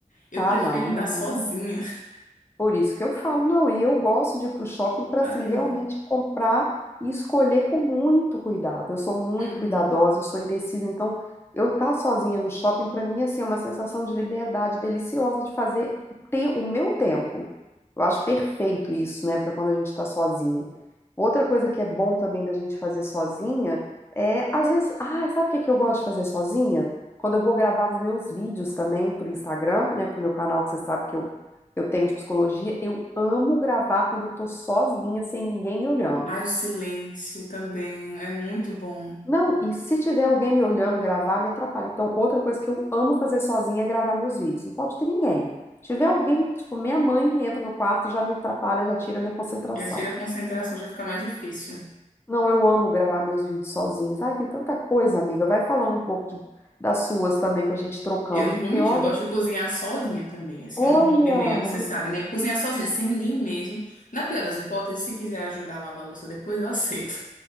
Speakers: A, on the left (about 80°); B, on the left (about 20°).
A: Eu
B: Ah,
A: prefiro
B: não, não
A: andar
B: dá.
A: sozinha. <laughs>
B: Por isso que eu falo, não, e eu gosto de ir para o shopping para
A: Ai,
B: assim realmente comprar e escolher com muito cuidado. Eu sou muito
A: uhum.
B: cuidadosa, eu sou indecisa, então eu estar tá sozinha no shopping para mim assim é uma sensação de liberdade deliciosa de fazer o te- o meu tempo. Eu acho perfeito isso, né, para quando a gente está sozinha. Outra coisa que é bom também da gente fazer sozinha é às vezes, ah, sabe o que que eu gosto de fazer sozinha? Quando eu vou gravar os meus vídeos também para o Instagram, né, para o meu canal que você sabe que eu eu tenho de psicologia, eu amo gravar quando eu tô sozinha, sem ninguém me olhando.
A: Ai, o silêncio também é muito bom.
B: Não, e se tiver alguém me olhando gravar, me atrapalha. Então, outra coisa que eu amo fazer sozinha é gravar meus vídeos. Não pode ter ninguém. Se tiver alguém, tipo, minha mãe que entra no quarto, já me atrapalha, já tira a minha concentração.
A: Já tira a concentração, já fica mais difícil.
B: Não, eu amo gravar meus vídeos sozinhos. Ai, tem tanta coisa, amiga. Vai falando um pouco de- das suas também pra gente ir trocando,
A: Eu não
B: porque
A: vou mentir,
B: olha,
A: eu gosto de cozinhar sozinha também. Assim,
B: olha,
A: é um hobby meu, você sabe, né? Cozinhar sozinha, sem ninguém mesmo. Na pior das hipóteses, se quiser ajudar a lavar a louça depois, eu aceito.